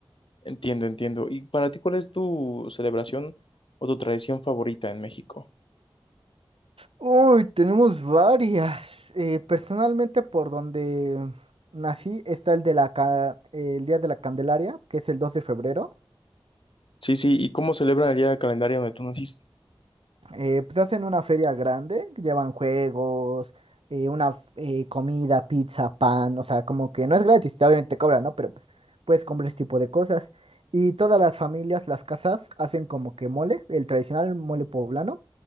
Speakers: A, on the left; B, on the right.
A: Entiendo, entiendo. ¿Y para ti cuál es tu celebración o tu tradición favorita en México?
B: Uy, tenemos varias. Eh, personalmente, por donde nací, está el de la ca- el Día de la Candelaria, que es el 2 de febrero.
A: Sí, sí, ¿y cómo celebran el día del calendario donde tú naciste?
B: eh, pues hacen una feria grande, llevan juegos, eh, una eh, comida, pizza, pan, o sea, como que no es gratis, obviamente cobran, ¿no? Pero pues puedes comprar ese tipo de cosas. Y todas las familias, las casas, hacen como que mole, el tradicional mole poblano,